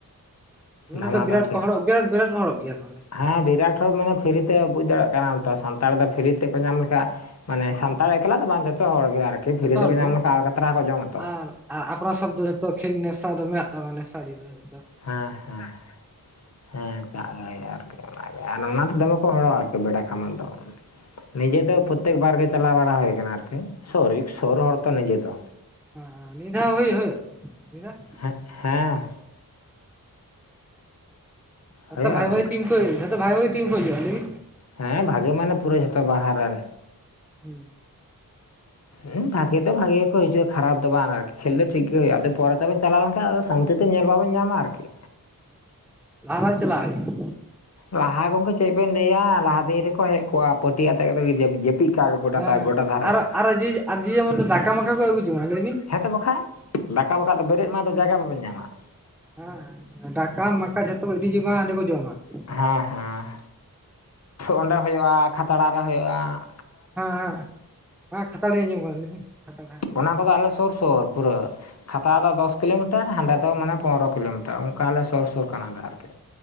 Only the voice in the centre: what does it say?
ᱦᱮᱸ
ᱚᱱᱚ ᱵᱤᱨᱟᱴ
ᱠᱚ ᱦᱚᱨᱚᱜ ᱵᱤᱨᱟᱴ ᱵᱤᱨᱟᱴ ᱠᱚ ᱦᱚᱨᱚᱜ ᱜᱮᱭᱟ ᱛᱟᱦᱮ
ᱡᱷᱚᱛᱚ
ᱦᱚᱲ
ᱜᱮ
ᱟᱨ ᱟᱨ ᱟᱯᱱᱟᱨ ᱥᱚᱵᱽ ᱫᱚ ᱡᱚᱛᱚ ᱠᱷᱮᱞ ᱱᱮᱥᱟ ᱫᱚ ᱢᱮᱱᱟᱜ-ᱟ ᱱᱮᱥᱟᱹᱲᱤ ᱫᱚ ᱾
ᱦᱩᱸ
ᱦᱮ ᱱᱤᱭᱟᱹ ᱫᱷᱟᱶ ᱦᱩᱭ ᱦᱩᱭᱩᱜ-ᱟ ᱱᱤᱭᱟᱫᱷᱟᱣ
ᱡᱚᱛᱚ
ᱵᱷᱟᱜᱤ
ᱵᱷᱟᱜᱤ ᱴᱤᱢ ᱠᱚ ᱡᱚᱛᱚ ᱵᱷᱟᱜᱤ ᱵᱷᱟᱜᱤ ᱴᱤᱢ ᱠᱚ ᱦᱤᱡᱩᱜ-ᱟ ᱞᱟᱹᱭ ᱵᱤᱱ
ᱦᱩ
ᱞᱟᱦᱟ ᱞᱟᱦᱤ ᱪᱟᱞᱟᱜ ᱦᱩᱭᱩᱜ-ᱟ ᱾
ᱦᱮᱸ
ᱟᱨᱚ
ᱟᱨᱚ ᱡᱮ ᱟᱨ ᱡᱮᱢᱚᱱ ᱫᱚ ᱫᱟᱠᱟ ᱢᱟᱠᱟ ᱠᱚ ᱟᱹᱜᱩ ᱡᱚᱝᱟ ᱞᱟᱹᱭᱵᱤᱱ
ᱦᱮᱸ ᱫᱟᱠᱟ ᱢᱟᱠᱟ ᱡᱷᱚᱛᱚ ᱠᱚ ᱤᱫᱤ ᱡᱚᱝ-ᱟ ᱦᱟᱸᱰᱮ ᱠᱚ ᱡᱚᱢᱟ ᱾
ᱦᱮᱸ ᱦᱮᱸ ᱦᱮᱸ ᱠᱷᱟᱛᱲᱤ ᱟᱸᱡᱚᱢ ᱠᱟᱫᱟ ᱞᱮᱭ ᱵᱤᱱ ᱠᱷᱟᱛᱲᱟ ᱦᱮᱸ ᱟᱸᱡᱚᱢ